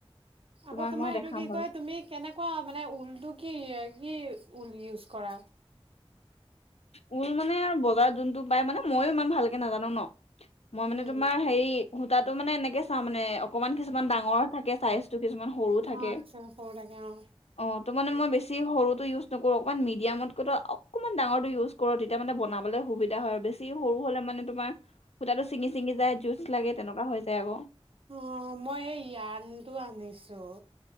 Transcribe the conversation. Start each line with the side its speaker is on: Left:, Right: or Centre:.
Left: তোমাক
Right: আকৌ তোমাৰ
Left: মই
Right: সেইটো
Left: দেখাম
Right: কি
Left: বাৰু
Right: কয় তুমি কেনে- কুৱা মানে ঊলটো কি কি ঊল ইউজ কৰা।
Left: ঊল মানে আৰু বজাৰত যোনতটো পাই মানে মইয়ো ইমান ভালকে নাজানো ন। মই মানে
Right: উম
Left: তোমাৰ হেৰি সূতাটো মানে এনেকে চাওঁ মানে অকমান কিছুমান ডাঙৰ থাকে চাইছ। কিছুমান সৰু থাকে।
Right: অ আচ্ছা সৰু থাকে অ
Left: অ তো মানে মই বেছি সৰুটো ইউজ নকৰোঁ অকণমান মিডিয়ামত কৈ তো অক- অকণমান ডাঙৰটো ইউজ কৰো তেতিয়া মানে বনাবলৈ সুবিধা হয় আৰু বেছি সৰু হলে মানে তোমাৰ সূতাটো ছিঙি চিঙি যায় জোছ লাগে তেনেকুৱা হৈ যায় আক।
Right: অ মই যানটো আনিছো